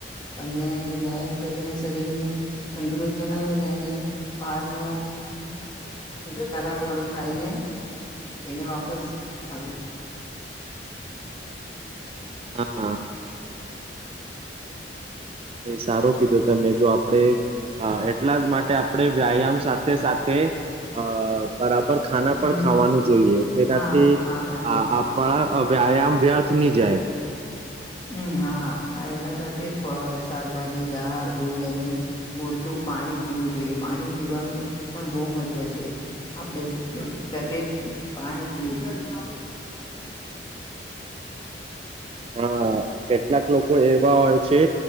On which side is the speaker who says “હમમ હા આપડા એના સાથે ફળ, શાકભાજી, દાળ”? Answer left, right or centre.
Left